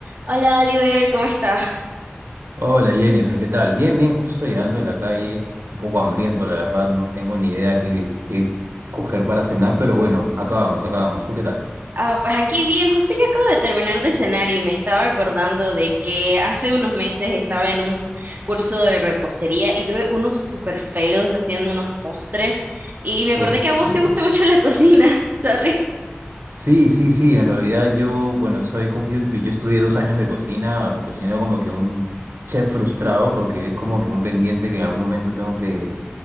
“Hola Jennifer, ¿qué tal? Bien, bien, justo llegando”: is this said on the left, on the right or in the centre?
Right